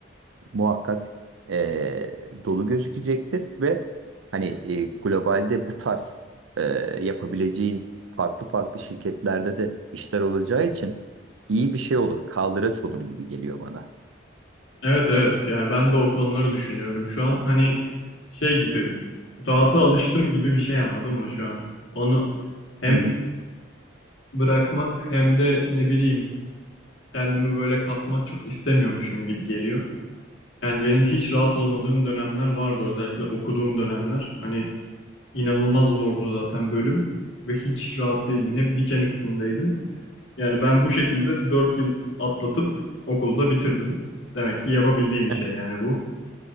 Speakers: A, on the right (about 80°); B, on the left (about 75°).
A: muhakkak e, dolu gözükecektir ve hani e, globalde bu tarz e, yapabileceğin farklı farklı şirketlerde de işler olacağı için iyi bir şey olur, kaldıraç olur gibi geliyor bana.
B: Evet evet yani ben de o konuları düşünüyorum şu an. Hani şey gibi rahata alıştım gibi bir şey anladın mı şu an? Onu hem
A: Hı hı.
B: bırakmak hem de ne bileyim kendimi böyle kasmak çok istemiyormuşum gibi geliyor. Yani benim hiç rahat olmadığım dönemler vardı. Özellikle okuduğum dönemler. Hani inanılmaz zordu zaten bölüm ve hiç rahat değildim. Hep diken üstündeydim. Yani ben bu şekilde 4 yıl atlatıp okulda bitirdim. Demek ki yapabildiğim bir
A: Heh.
B: şey yani bu.